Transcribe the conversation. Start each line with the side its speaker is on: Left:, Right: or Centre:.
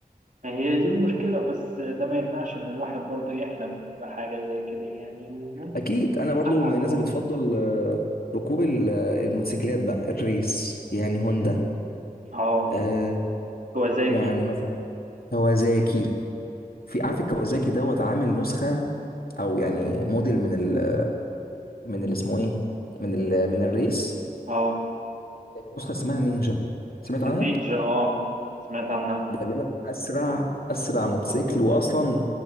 Right: ما هي دي المشكلة بس ده ما يمنعش إن الواحد برضه يحلم بحاجة زي كده يعني وممكن
Left: اكيد انا برضو
Right: اه
Left: من الناس اللي بتفضل آه، ركوب ال- آه، الموتوسيكلات بقى الريس يعني هوندا
Right: اه
Left: آه،
Right: كوازاكي
Left: يعني مثلا كوازاكي في عارف الكوازاكي دوت عامل نسخه او يعني موديل من ال من اللي اسمه ايه من ال
Right: ال-
Left: من الريس
Right: اه
Left: نسخه اسمها نينجا سمعت عنها
Right: النينجا اه سمعت عنها
Left: ده بيقول لك اسرع اسرع موتوسيكل واصلا